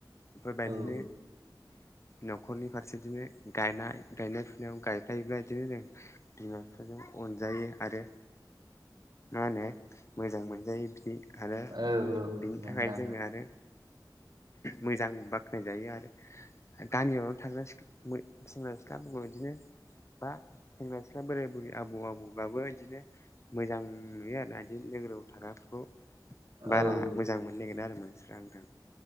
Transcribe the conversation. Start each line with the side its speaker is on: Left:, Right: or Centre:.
Left: बेफोरबायदिनो
Right: औ
Left: न'खरनि फारसे बिदिनो गायनाय गायनाय फुनायाव गायफायोब्ला बिदिनो जों बिमा बिफाजों अनजायो आरो मा होनो मोजां मोनजायो बिदि आरो
Right: औ औ
Left: बिनि
Right: नोंथां
Left: थाखाय जोङो आरो मोजां बाख्नायजायो आरो। गामियावनो थाग्राख्ला सेंग्रा सिख्लाबो बिदिनो बा सेंग्रा सिख्ला बोराय बुरैया आबौ आबौबाबो बिदिनो मोजां नुयो आरोना बिदिनो नोगोराव थाग्राफोरखौ बारा
Right: औ
Left: मोजां मोननो नागिरो आरो मानसिफ्रा नोंथां।